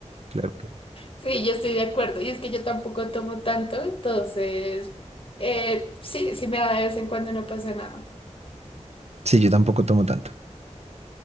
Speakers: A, on the right; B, on the left.
A: Claro que sí.
B: Sí, yo estoy de acuerdo. Y es que yo tampoco tomo tanto, entonces, eh, sí, sí me da de vez en cuando, no pasa nada.
A: Sí, yo tampoco tomo tanto.